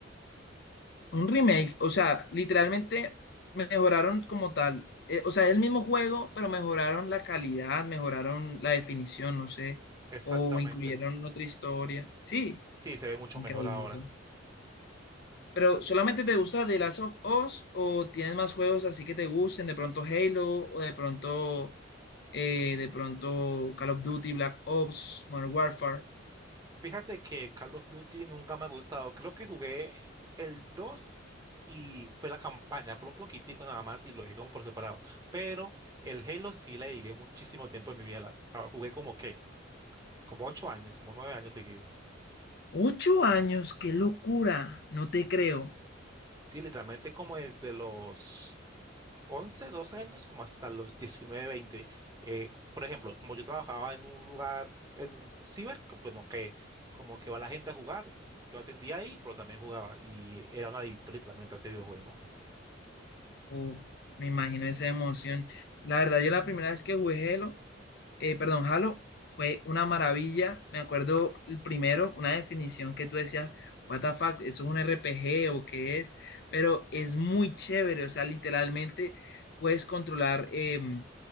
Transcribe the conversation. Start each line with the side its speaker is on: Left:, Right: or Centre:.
Left: Un remake, o sea, literalmente mejoraron como tal. Eh, o sea, el mismo juego, pero mejoraron la calidad, mejoraron la definición, no sé,
Right: Exactamente.
Left: o incluyeron otra historia. Sí,
Right: Sí, se ve mucho
Left: increíble.
Right: mejor ahora.
Left: Pero ¿solamente te gusta The Last of Us o tienes más juegos así que te gusten? De pronto Halo o de pronto, eh, de pronto Call of Duty, Black Ops, Modern Warfare.
Right: Fíjate que Call of Duty nunca me ha gustado. Creo que jugué el 2 y fue la campaña por un poquitico nada más y lo dejé como por separado. Pero el Halo sí le dediqué muchísimo tiempo en mi vida. La- la jugué como qué, como 8 años, como 9 años seguidos.
Left: Ocho años, qué locura, no te creo.
Right: Sí, literalmente como desde los 11 12 años, como hasta los 19 veinte Eh, por ejemplo, como yo trabajaba en un lugar, en un ciber, que, bueno, que como que va la gente a jugar, yo atendía ahí, pero también jugaba y era un adicto literalmente a ese videojuego.
Left: Uf, me imagino esa emoción. La verdad, yo la primera vez que jugué Halo, eh, perdón, Halo, fue una maravilla. Me acuerdo el primero, una definición que tú decías, what the fuck, ¿eso es un R P G o qué es? Pero es muy chévere, o sea, literalmente puedes controlar em,